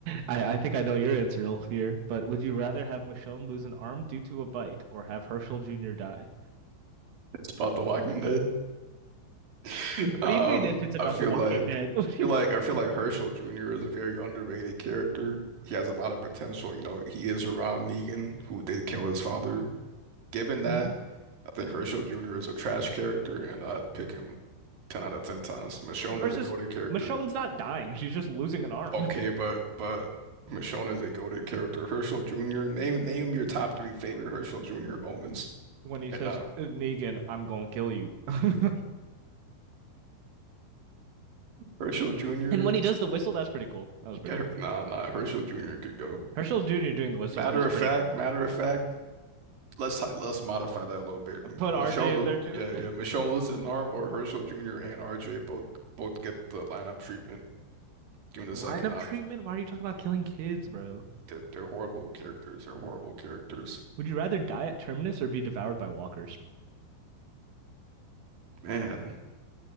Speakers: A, on the right; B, on the right.
A: I think I know your answer all here, but would you rather have Michonne lose an arm due to a bite or have Herschel Jr. die?
B: It's about The Walking Dead. <laughs>
A: What
B: Um,
A: do you mean if it's about
B: I feel
A: The Walking
B: like
A: Dead? <laughs>
B: I feel like I feel like Herschel Jr. is a very underrated character. He has a lot of potential, you know. He is around Negan, who did kill his father. Given that,
A: Mhm.
B: I think Herschel Jr. is a trash character, and I'd pick him 10 out of 10 times. Michonne
A: Versus
B: is a goated character.
A: Michonne's not dying, she's just losing an arm.
B: Okay,
A: <laughs>
B: but but Michonne is a goated character. Herschel Jr. Name name your top three favorite Herschel Jr. moments
A: When he says,
B: right now.
A: Negan, I'm gonna kill you. <laughs>
B: Herschel Jr.
A: And when he does the whistle, that's pretty cool. That was pretty
B: Get
A: cool.
B: her. Nah, nah. Herschel Jr. could go.
A: Herschel Jr. doing the whistle
B: Matter
A: is
B: of
A: pretty
B: fact,
A: cool.
B: matter of fact. Let's let's modify that a little bit.
A: I put
B: Michonne,
A: RJ in
B: lo
A: there too.
B: yeah, yeah. Michonne losing an arm or Herschel Jr. and RJ both both get the lineup treatment.
A: <laughs>
B: Given the
A: Lineup
B: second option,
A: treatment? Why are you talking about killing kids, bro?
B: they're, they're horrible characters. They're horrible characters.
A: Would you rather die at Terminus or be devoured by walkers?
B: Man,